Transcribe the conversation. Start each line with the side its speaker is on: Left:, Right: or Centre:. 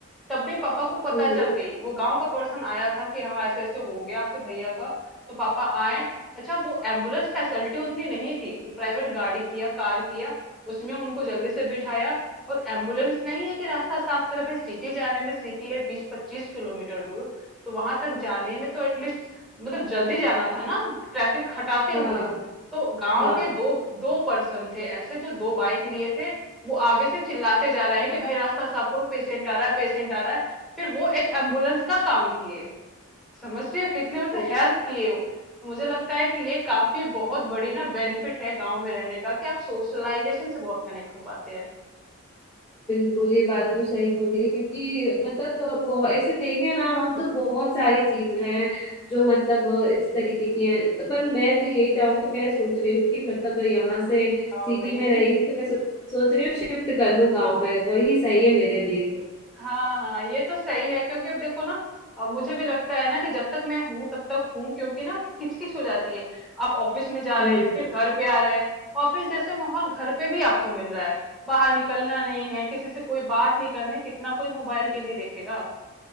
Centre: तब भी पापा को पता
Left: हम्म,
Centre: चल गई वो गांव का पर्सन आया था कि हाँ ऐसे ऐसे हो गया आपके भैया का तो पापा आए अच्छा वो एम्बुलेंस फैसिलिटी उतनी नहीं थी तो प्राइवेट गाड़ी किया कार किया उसमें उनको जल्दी से बिठाया और एम्बुलेंस नहीं है कि रास्ता साफ करे भाई सिटी जाने में सिटी है बीस पच्चीस किलोमीटर दूर तो वहां तक जाने में तो एटलीस्ट मतलब जल्दी जाना था ना ट्रैफिक हटाते
Left: हाँ
Centre: हुए तो गांव
Left: हाँ
Centre: के दो दो पर्सन थे ऐसे जो दो बाइक लिए थे वो आगे से चिल्लाते जा रहे हैं कि भाई रास्ता साफ करो पेशेंट आ रहा है पेशेंट आ रहा है फिर वो एक एम्बुलेंस का काम किए समझ रही हो कितने मतलब
Left: हम्म।
Centre: हेल्प किए वो तो मुझे लगता है कि ये काफी बहुत बड़ी ना बेनिफिट है गांव में रहने का कि आप सोशलाइजेशन से बहुत कनेक्ट हो पाते हैं
Left: बिल्कुल ये बात तो सही बोली है, क्योंकि मतलब बहुत ऐसे देखें ना हम तो बहुत सारी चीजें हैं जो मतलब इस तरीके की हैं तो पर मैं तो यही चाहूंगी मैं सोच रही हूँ कि मतलब यहाँ से
Centre: गांव
Left: सिटी
Centre: में
Left: में रही थी तो मैं सो, सोच रही हूँ शिफ्ट कर लूँ गाँव में वही सही है मेरे लिए तो
Centre: हाँ हाँ ये तो सही है क्योंकि अब देखो ना अब मुझे भी लगता है ना कि जब तक मैं हूं तब तक हूं क्योंकि ना वो किचकिच हो जाती है आप ऑफिस में जा रहे
Left: हम्म
Centre: हैं फिर घर पे आ रहे हैं ऑफिस जैसे माहौल घर पे भी आपको मिल रहा है बाहर निकलना नहीं है किसी से कोई बात नहीं करनी कितना कोई मोबाइल टीवी देखेगा